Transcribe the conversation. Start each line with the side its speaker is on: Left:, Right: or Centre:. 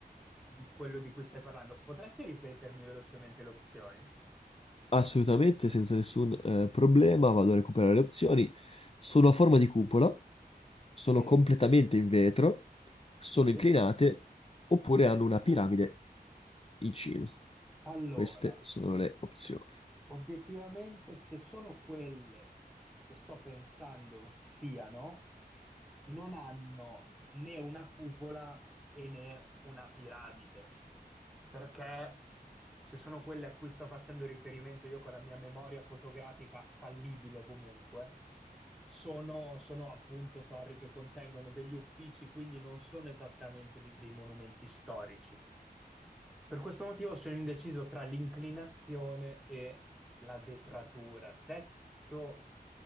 Centre: di quello di cui stai parlando. Potresti ripetermi velocemente le opzioni?
Left: Assolutamente, senza nessun eh, problema, vado a recuperare le opzioni. Sono a forma di cupola,
Centre: Sì,
Left: sono completamente in vetro,
Centre: sì.
Left: sono inclinate oppure hanno una piramide in cima.
Centre: Allora,
Left: Queste sono le opzioni.
Centre: Obiettivamente, se sono quelle che sto pensando siano, non hanno né una cupola e né una piramide, perché se sono quelle a cui sto facendo riferimento io con la mia memoria fotografica fallibile comunque, sono, sono appunto torri che contengono degli uffici, quindi non sono esattamente de- dei monumenti storici. Per questo motivo sono indeciso tra l'inclinazione e la vetratura. Detto,